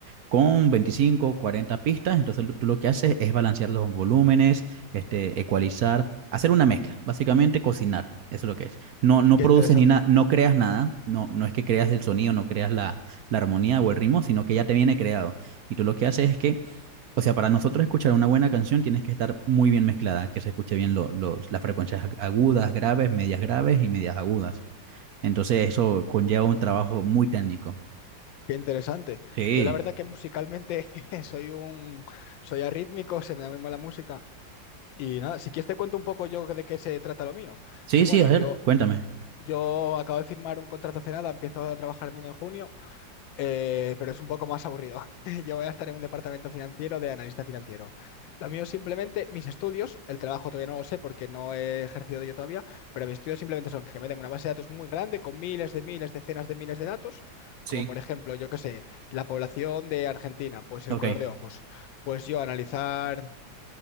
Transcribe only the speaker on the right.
con 25, 40 pistas. Entonces tú lo que haces es balancear los volúmenes, este, ecualizar, hacer una mezcla, básicamente cocinar. Eso es lo que es. No, no
produces
ni nada, no creas nada, no, no es que creas el sonido, no creas la, la armonía o el ritmo, sino que ya te viene creado. Y tú lo que haces es que, o sea, para nosotros escuchar una buena canción tienes que estar muy bien mezclada, que se escuche bien lo- los, las frecuencias agudas, graves, medias graves y medias agudas. Entonces eso conlleva un trabajo muy técnico.
Sí,
sí,
sí, a
ver, cuéntame.
Sí.
Ok,